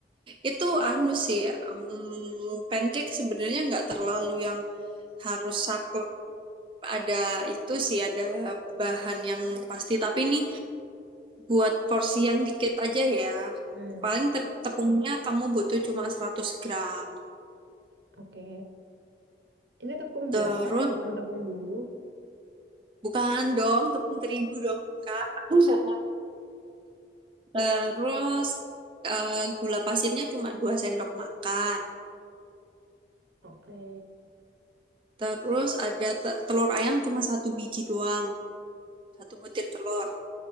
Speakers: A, on the right (about 30°); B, on the right (about 75°).
A: Itu anu sih, mm, pancake sebenarnya nggak terlalu yang harus saklek. Ada itu sih, ada bahan yang pasti. Tapi ini buat porsi yang dikit aja ya.
B: Hmm,
A: Paling ter- tepungnya kamu butuh cuma 100 gram.
B: Oke, ini tepung
A: Terus,
B: biasa kan, bukan tepung bumbu.
A: bukan dong, tepung terigu dong, Kak. <laughs> Terus eh, gula pasirnya cuma 2 sendok makan.
B: oke.
A: Terus ada te- telur ayam cuma satu biji doang, satu butir telur.